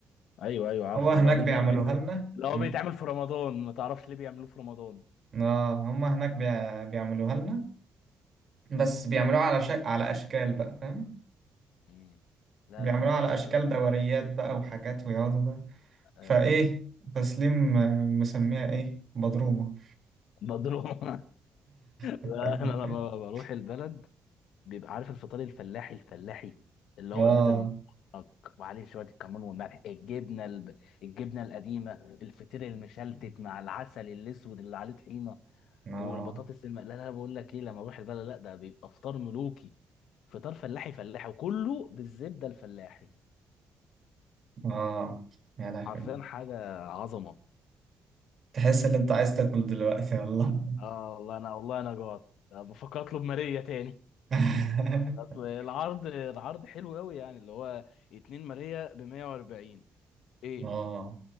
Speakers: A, on the left; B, on the right.
A: ايوه ايوه عارفه
B: هو هناك
A: اللي هو بيتعمل
B: بيعملوها لنا
A: اللي هو
B: ماشي
A: بيتعمل في رمضان ما تعرفش ليه بيعملوه في رمضان
B: اه هما هناك بيع... بيعملوها لنا بس بيعملوها على ش... على اشكال بقى فاهم
A: مم. لا
B: بيعملوها
A: لا انا بحب
B: على اشكال
A: لما
B: دوريات بقى وحاجات ويقعدوا بقى
A: ايوه
B: فايه تسليم آه، مسميها ايه بضرومه
A: مضروب <laughs>
B: <laughs>
A: لا انا لما بروح البلد بيبقى عارف الفطار الفلاحي الفلاحي اللي
B: اه
A: هو البيض المسلوق وعليه شويه الكمون والملح الجبنه الب... الجبنه القديمه الفطير المشلتت مع العسل الاسود اللي عليه طحينه
B: اه
A: والبطاطس الم... لا لا بقول لك ايه لما اروح البلد لا ده بيبقى فطار ملوكي فطار فلاحي فلاحي وكله بالزبده الفلاحي
B: اه يا لهوي
A: حرفيا حاجه عظمه
B: تحس ان انت عايز تاكل دلوقتي والله
A: اه والله انا والله انا جوعت بفكر اطلب ماريا تاني
B: <laughs>
A: اصل العرض العرض حلو قوي يعني اللي هو اتنين ماريا ب 140 ايه
B: اه